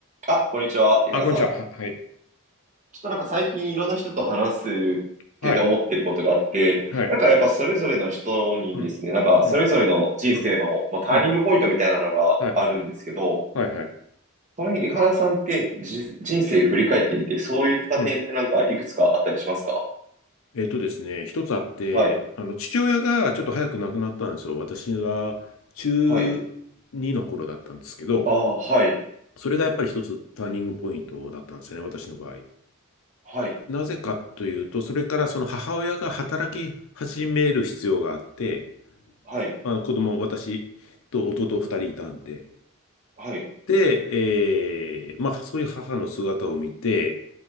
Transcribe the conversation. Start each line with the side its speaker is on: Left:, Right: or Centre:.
Right: あ、こんにちは、井原さん。
Left: あ、こんにちは。は、はい。
Right: ちょっとなんか最近いろんな人と話すってて思ってることがあって、
Left: はい。はい。
Right: なんかやっぱそれぞれの人にですね、
Left: うん。
Right: なんかそれぞれの人生の、
Left: うん。うん。
Right: まあ、ターニングポイントみたいなのがあるんですけど、
Left: うん。はい。はい。はい。
Right: その辺、井原さんってじ人生振り返ってみて、そういった点ってなんかいくつかあったりしますか
Left: うん。えっとですね、一つあって、
Right: はい、
Left: あの、父親がちょっと早く亡くなったんですよ。私が中2の頃だったんですけど、
Right: はい、ああ、はい、
Left: それがやっぱり一つターニングポイントだったんですよね、私の場合。
Right: はい、
Left: なぜかというと、それからその母親が働き始める必要があって、
Right: はい、
Left: あの子供、私と弟2人いたんで、
Right: はい、
Left: で、えーまあ、そういう母の姿を見て、